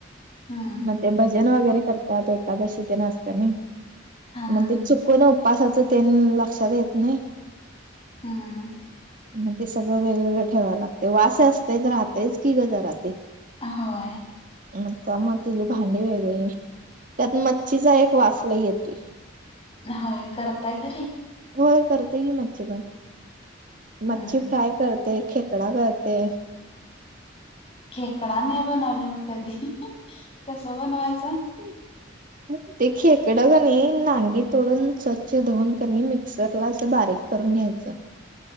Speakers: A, on the left; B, on the right.
A: हम्म
B: मग ते भज भजन वगैरे करतात, एकादशी ते न असते नाही
A: हा
B: मग
A: हा
B: ते चुकून उ पासाचं तेनं लक्षात येत नाही.
A: हम्म.
B: मग ते सगळं वेगवेगळं ठेवायला लागतंय. वास असतंयच राहतेच की गं राहते जरा ते.
A: होय.
B: मंगत्यामुळे त्याजि भांडी वेगळी त्यात मच्छीचा एक वास लय येतोय.
A: होय करताय घरी?
B: होय करते की मच्छी पण मच्छी
A: हम्म हम्म
B: फ्राय करते, खेकडा करते.
A: खेकडा नाय बनवलाय मी कधी कसा? बनवायचा.
B: ह. ते खेकडं क नाही, नांगी तोडून स्वच्छ धुऊून का नई मिक्सरला असं बारीक करून घ्यायचं.